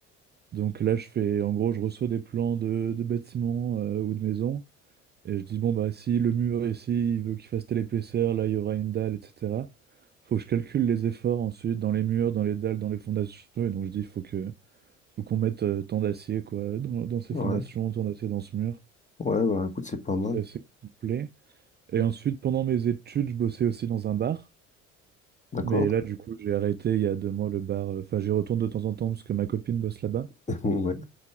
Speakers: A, on the right (about 25°); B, on the left (about 20°).
A: Donc là, je fais, en gros, je reçois des plans de, de bâtiments euh, ou de maisons et je dis, bon, bah, si le mur ici, il veut qu'il fasse telle épaisseur, là, il y aura une dalle, etc. Faut que je calcule les efforts ensuite dans les murs, dans les dalles, dans les fondations. Et donc, je dis, faut que, faut qu'on mette euh, tant d'acier, quoi, dans, dans ces
B: Ouais,
A: fondations, tant d'acier dans ce mur.
B: ouais, bah écoute, c'est pas
A: Donc,
B: mal.
A: c'est assez complet. Et ensuite, pendant mes études, je bossais aussi dans un bar.
B: D'accord.
A: Mais là, du coup, j'ai arrêté il y a deux mois le bar. Enfin, j'y retourne de temps en temps parce que ma copine bosse là-bas.
B: <laughs> Ouais.